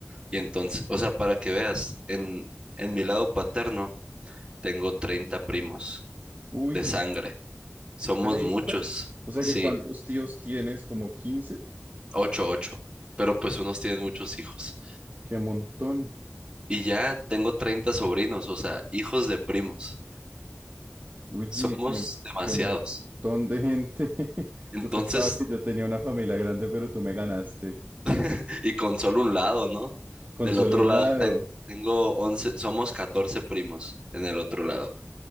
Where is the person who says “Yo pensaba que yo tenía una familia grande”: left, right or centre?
Right